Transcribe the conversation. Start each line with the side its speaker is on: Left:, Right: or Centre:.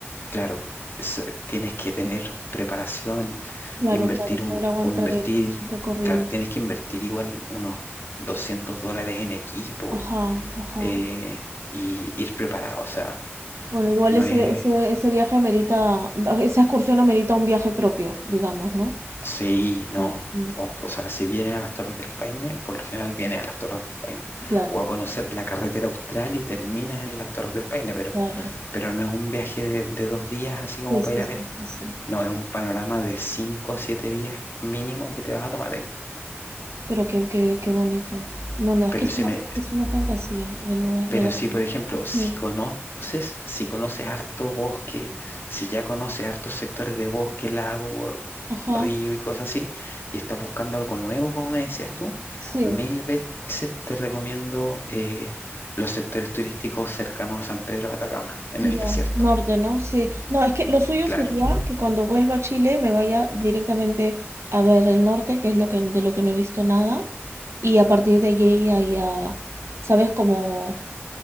Left: claro, es- tienes que tener preparación,
Right: claro,
Left: invertir
Right: claro, poder
Left: un,
Right: aguantar
Left: o invertir,
Right: el, el recorrido.
Left: claro, tienes que invertir igual unos 200 dólares en equipo
Right: Ajá, ajá.
Left: eh, y ir preparado, o sea,
Right: Bueno, igual
Left: no
Right: ese,
Left: es,
Right: ese, ese viaje amerita, esa excursión amerita un viaje propio, digamos, ¿no?
Left: Sí,
Right: O
Left: no.
Right: sea, sí.
Left: O, o sea, si vienes a las Torres del Paine, por lo general viene a las Torres del Paine.
Right: Claro,
Left: O a conocer
Right: claro,
Left: la carretera austral y terminas en las Torres del Paine, pero,
Right: claro.
Left: pero no es un viaje de, de dos días así como
Right: Sí,
Left: para
Right: sí,
Left: ir a
Right: sí,
Left: ver.
Right: sí, sí.
Left: No, es un panorama de cinco a siete días mínimo que te vas a tomar ahí.
Right: Pero qué, qué, qué bonito. No, no, es
Left: Pero
Right: que es
Left: si
Right: una,
Left: me,
Right: es una fantasía de lugar, de
Left: Pero
Right: verdad.
Left: si, por ejemplo, si
Right: Mm.
Left: conoces, si conoces harto bosque, si ya conoces hartos sectores de bosque, lago, r-
Right: Ajá,
Left: río y cosas así, y estás buscando algo nuevo, como me decías tú,
Right: sí,
Left: mil veces te recomiendo eh, los sectores turísticos cercanos a San Pedro de Atacama, en
Right: ya,
Left: el desierto.
Right: norte, ¿no? Sí. No, es que lo suyo
Left: Claro.
Right: sería que cuando vuelva a Chile me vaya directamente a ver el norte, que es lo que, de lo que no he visto nada, y a partir de allí ahí a, ¿sabes? Como